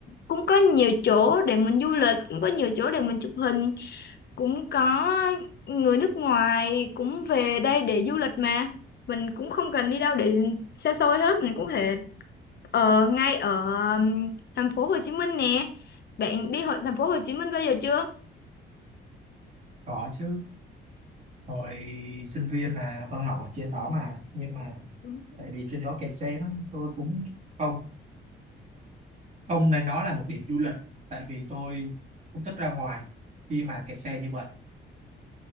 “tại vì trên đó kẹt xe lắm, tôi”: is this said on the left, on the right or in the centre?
Right